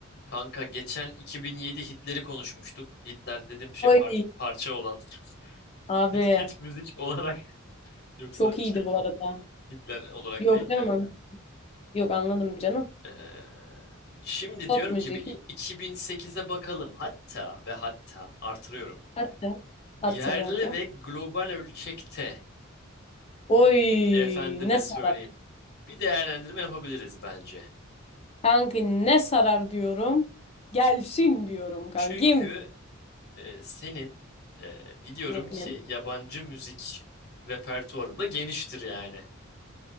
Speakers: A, on the left (about 50°); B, on the left (about 30°).
A: Kanka geçen 2007 Hitler'i konuşmuştuk. Hitler dedim şey
B: Oy
A: par- parça olan. <laughs>
B: abi
A: Hit, hit müzik olarak <laughs> yoksa
B: çok iyiydi
A: şey
B: bu arada.
A: Hitler olarak
B: Yok
A: değil
B: canım
A: de.
B: an- yok anladım canım.
A: Ee, şimdi
B: Pop
A: diyorum
B: müzik
A: ki bir i- 2008'e bakalım. Hatta ve hatta artırıyorum.
B: hatta hatta
A: Yerli
B: be hatta.
A: ve global ölçekte
B: Oy
A: efendime
B: ne sarar.
A: söyleyeyim. Bir değerlendirme yapabiliriz bence.
B: Kanki ne sarar diyorum. Gelsin diyorum kankim
A: Çünkü ee, senin ee, biliyorum
B: benim.
A: ki yabancı müzik repertuarında geniştir yani.